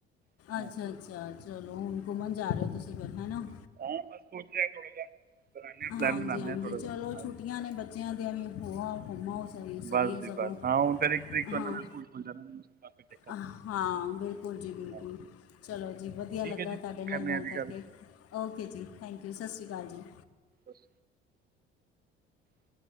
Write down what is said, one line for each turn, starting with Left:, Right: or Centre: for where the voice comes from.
Right: ਹਾਂਜੀ
Left: ਅੱਛਾ- ਅੱਛਾ ਚਲੋ ਹੁਣ, ਘੁੰਮਣ ਜਾ ਰਹੇ ਹੋ? ਤੁਸੀਂ ਫਿਰ ਹੈ ਨਾ।
Right: ਹਾਂ ਬਸ! ਸੋਚ ਰਿਹਾ ਥੋੜਾ ਜਿਹਾ! ਬਣਾਉਂਦੇ ਹਾਂ ਪਲਾਨ
Left: ਹਾਂਜੀ-
Right: ਬਣਾਉਂਦੇ
Left: ਹਾਂਜੀ,
Right: ਹਾਂ ਥੋੜਾ
Left: ਚਲੋ
Right: ਜਿਹਾ ਹਾਂਜੀ
Left: ਛੁੱਟੀਆਂ ਨੇ ਬੱਚਿਆਂ ਦੀਆਂ ਵੀ ਹੋ ਆਓ, ਘੁਮ ਆਓ! ਸਹੀ ਹੈ, ਸਹੀ
Right: ਬਸ
Left: ਹੈ,
Right: ਜੀ
Left: ਸਗੋਂ
Right: ਬਸ ਹਾਂ ਹੁਣ ਫਿਰ ਇੱਕ ਤਰੀਕ ਤੋਂ
Left: ਹਾ-
Right: ਇਹਨਾਂ ਨੇ ਸਕੂਲ ਖੁੱਲ ਜਾਣਾ ਨੇ ਉਸ ਤੋਂ ਬਾਅਦ ਫਿਰ ਦੇਖਾਂ
Left: ਹਾਂ ਬਿਲਕੁਲ। ਬਿਲਕੁਲ ਜੀ ਬਿਲਕੁਲ,
Right: ਹਾਂ
Left: ਚਲੋ ਜੀ ਵਧੀਆ
Right: ਠੀਕ
Left: ਲੱਗਾ
Right: ਹੈ ਜੀ
Left: ਤੁਹਾਡੇ ਨਾਲ
Right: ਕਰਨੇ
Left: ਗੱਲ
Right: ਆ ਜੀ
Left: ਕਰਕੇ। ਓਕੇ ਜੀ, ਥੈਂਕ ਯੂ। ਸਤਿ ਸ਼੍ਰੀ ਅਕਾਲ ਜੀ।
Right: ਅਛ <inaudible>